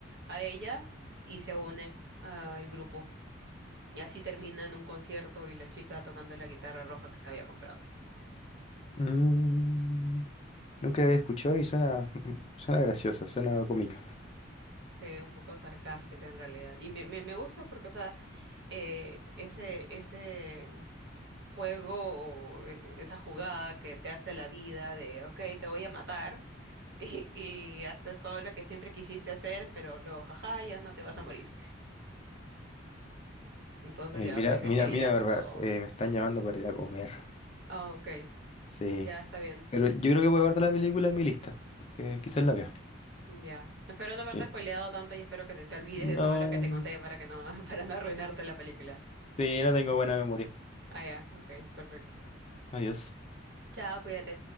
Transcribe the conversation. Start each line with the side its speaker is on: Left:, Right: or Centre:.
Right: a ella y se une al grupo. Y así terminan un concierto y la chica tocando la guitarra roja que se había comprado.
Left: Mm, nunca la había escuchado y suena, suena graciosa, suena cómica.
Right: Sí, un poco sarcástica en realidad. Y me, me, me gusta porque, o sea, eh, ese, ese juego, o, eh, esa jugada que te hace la vida de, ok, te voy a matar <laughs> y, y haces todo lo que siempre quisiste hacer, pero luego, jaja, ya no te vas a morir. Entonces
Left: Eh,
Right: ya
Left: mira,
Right: tienes
Left: mira,
Right: que lidiar
Left: mira, Bárbara,
Right: con todo.
Left: eh, me están llamando para ir a comer.
Right: Ah, ok,
Left: Sí,
Right: ya está bien.
Left: pero yo creo que voy a guardar la película en mi lista, porque quizás la vea.
Right: Ya. Espero no haberte
Left: Sí,
Right: spoileado tanto y espero que te, te olvides
Left: no.
Right: de todo lo que te conté para que no, <laughs> para no arruinarte la película.
Left: Sí, no tengo buena memoria.
Right: Ah, ya. Ok, perfecto.
Left: Adiós.
Right: Chao, cuídate.